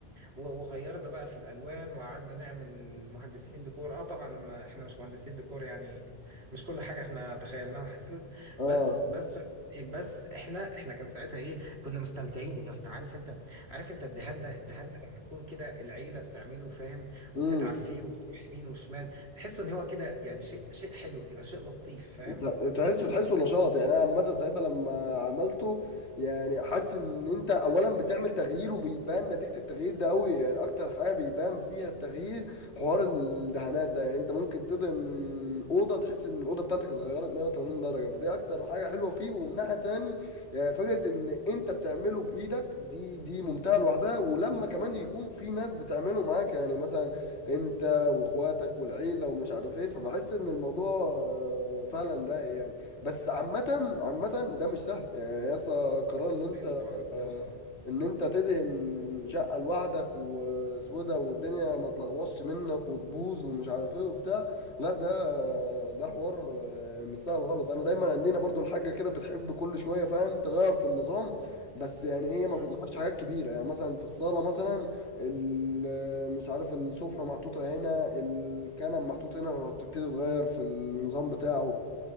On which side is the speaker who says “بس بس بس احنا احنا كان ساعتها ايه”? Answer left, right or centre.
Right